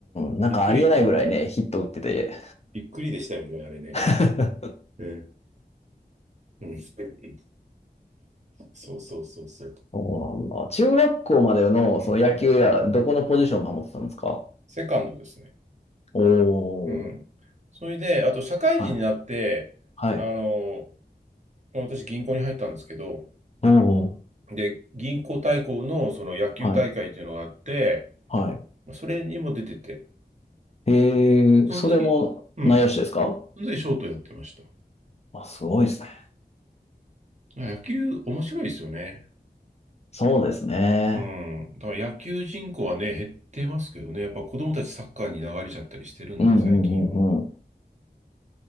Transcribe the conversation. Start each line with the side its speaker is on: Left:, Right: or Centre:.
Left: ん、なんかありえないぐらいね、
Right: びっくり、うん。
Left: ヒット打ってて。
Right: びっくりでしたよね、あれね。
Left: <laughs>
Right: うんうん。そうそうそうそう。
Left: そうなんだ。中学校までのその野球や、
Right: うんうんうん。
Left: どこのポジションを守ってたんですか
Right: セカンドですね。
Left: おー。
Right: うん。それで、あと、社会人になって、
Left: はい。はい。
Right: あの、私、銀行に入ったんですけど、
Left: おー。
Right: で、銀行対抗のその野球大会というのがあって、
Left: はい。はい。
Right: それにも出てて、
Left: え
Right: その時、
Left: え、それも内野手ですか
Right: うん、その時ショートやってました。
Left: あ、すごいですね。
Right: 野球面白いですよね。
Left: そうですね。
Right: うん。だから野球人口はね、減ってますけどね、やっぱ子供たちサッカーに流れちゃったりしてるんで、
Left: うんうんうんうん。
Right: 最近は。